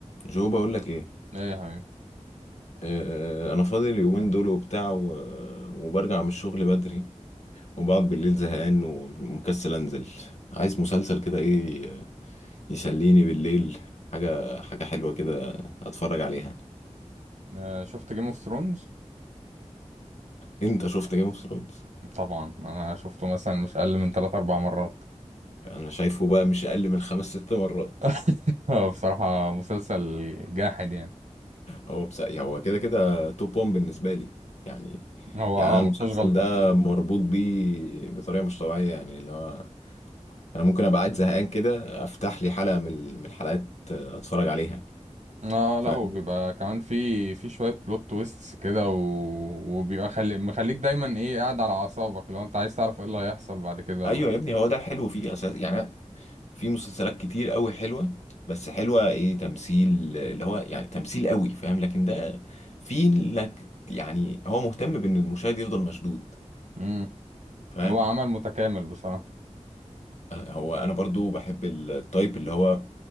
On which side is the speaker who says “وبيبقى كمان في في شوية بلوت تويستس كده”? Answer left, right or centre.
Right